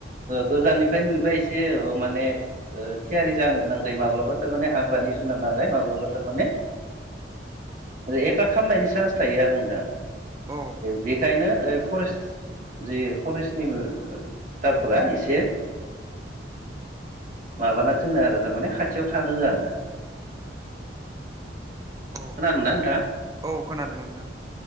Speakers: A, on the right; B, on the right.
A: गोजाननिफ्राय नुयोबा एसे माने थियारि जानो गोनां जायो माब्लाबा थारमाने ह हाग्रानि जुनार नालाय माब्लाबा थारमाने एटाक खालामनायनि चान्स थायो आरो नोंथां
B: औ
A: बेखायनो फरेस्ट फरेस्टनिबो भरेस्टारफोरा एसे माबाना थिनो आरो थारमाने खाथियाव थानो होआ
B: औ
A: खोनादोंना नोंथाङा?
B: औ खोनादों नोंथां